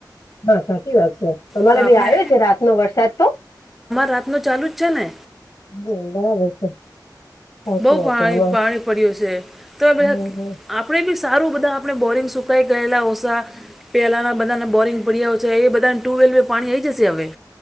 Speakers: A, on the left (about 55°); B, in the centre.
A: <unintelligible> સાચી વાત છે, અમારે
B: તો
A: ભી
B: આપણે
A: આવ્યો છે રાતનો વરસાદ તો.
B: પ્રાર્થનો ચાલુ જ છે ને?
A: હમ્મ, બરાબર છે. સાચી
B: બહુ
A: વાત
B: પાણી
A: છે આમાં
B: પાણી પડ્યું છે તો બધા
A: હમ હમ
B: આપણેે બી સારું બધા આપણે બોરિંગ સુકાઈ ગયેલા ઓછા પેલાના બધાને બોરિંગ પડ્યાય છે બધાને ટ્યુબવેેલે આવીઈ જશે હવે.